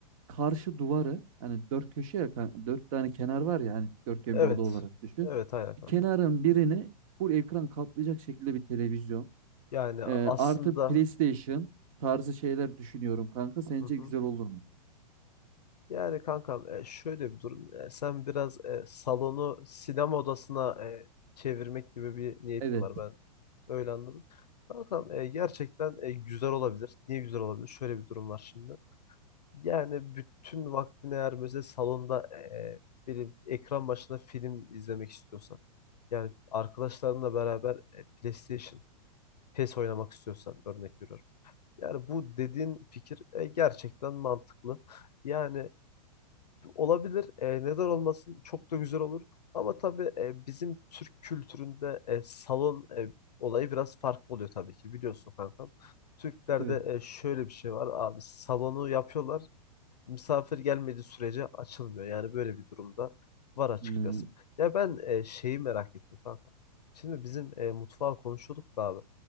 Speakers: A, on the right (about 55°); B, on the left (about 80°).
A: karşı duvarı hani dört köşe ya kan- dört tane kenar var ya hani dörtgen
B: Evet.
A: bir oda olarak düşün.
B: Evet aynen
A: Bir
B: kanka.
A: kenarın birini full ekran kaplayacak şekilde bir televizyon.
B: Yani
A: E,
B: aslında
A: artı PlayStation tarzı şeyler düşünüyorum kanka. Sence
B: hı hı.
A: güzel olur mu?
B: Yani kankam e, şöyle bir durum. E, Sen biraz e, salonu sinema odasına e, çevirmek gibi bir niyetin
A: Evet.
B: var. Ben öyle anladım. Kankam e, gerçekten e, güzel olabilir. Niye güzel olabilir? Şöyle bir durum var şimdi. Yani bütün vaktini eğer mesela salonda e, benim ekran başında film izlemek istiyorsan yani arkadaşlarınla beraber e, PlayStation PES oynamak istiyorsan örnek veriyorum. Yani bu dediğin fikir e, gerçekten mantıklı. Yani olabilir. E, neden olmasın? Çok da güzel olur. Ama tabii e, bizim Türk kültüründe e, salon e, olayı biraz farklı oluyor tabii ki. Biliyorsun kankam. Türklerde
A: Evet.
B: e, şöyle bir şey var abi salonu yapıyorlar misafir gelmediği sürece açılmıyor. Yani böyle bir durumda var açıkçası.
A: Hmm.
B: Ya ben e, şeyi merak ettim kanka. Şimdi bizim e, mutfağı konuşuyorduk da abi.